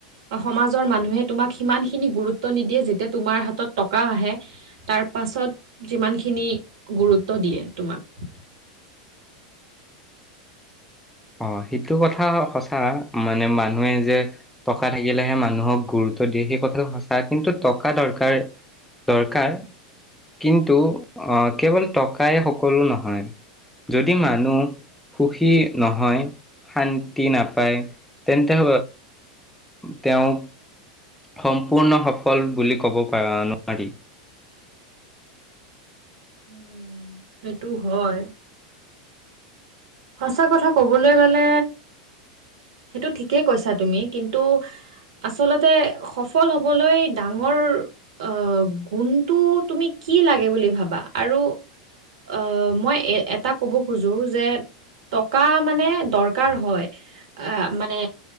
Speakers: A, on the right; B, in the centre.
A: অ সমাজৰ মানুহে তোমাক সিমান খিনি গুৰুত্ব নিদিয়ে যেতিয়া তোমাৰ হাতত টকা আহে তাৰ পাছত যিমানখিনি গুৰুত্ব দিয়ে তোমাক। <unintelligible>
B: অ সেইটো কথা সঁচা মানে মানুহে যে টকা থাকিলেহে মানুহক গুৰু- গুৰুত্ব দিয়ে সেই কথাটো সঁচা কিন্তু টকা দৰকাৰ, দৰকাৰ। কিন্তু আহ কেৱল টকাই সকলো নহয়। যদি মানুহ, সুখী নহয়, শান্তি নাপায়, তেন্তে হ তেওঁ। সম্পূৰ্ণ সফল বুলি ক'ব পাৰা নোৱাৰি।
A: উম, সেইটো হয়। সঁচা কথা কবলৈ গ'লে। সেইটো ঠিকেই কৈছা তুমি কিন্তু আচলতে সফল হবলৈ ডাঙৰ আহ গুণটো তুমি কি কি লাগে বুলি ভাবা আৰু, আহ মই এ এটা ক'ব খোজো যে টকা মানে দৰকাৰ হয়, আ মানে